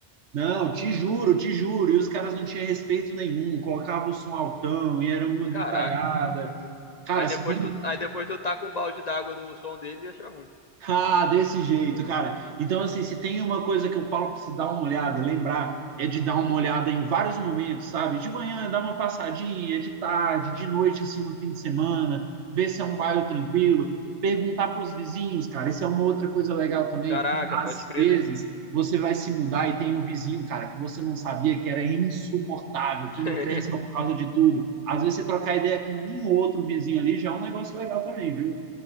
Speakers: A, on the right (about 80°); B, on the left (about 50°).
A: Não, te juro, te juro. E os caras não tinham respeito nenhum, colocavam o som altão e era uma gritaiada.
B: Caraca.
A: Cara,
B: Aí depois
A: se tem
B: tu, aí depois tu tá com um balde d'água no som dele e acha ruim.
A: Ah, desse jeito, cara. Então, assim, se tem uma coisa que eu falo pra você dar uma olhada, lembrar, é de dar uma olhada em vários momentos, sabe? De manhã, dar uma passadinha, de tarde, de noite, assim, no fim de semana, ver se é um bairro tranquilo, perguntar pros vizinhos, cara. Isso é uma outra coisa legal também.
B: Caraca,
A: Às
B: pode crer,
A: vezes,
B: né?
A: você vai se mudar e tem um vizinho, cara, que você não sabia que era insuportável, que
B: <laughs>
A: encrespa por causa de tudo. Às vezes, você trocar ideia com um ou outro vizinho ali já é um negócio legal também, viu?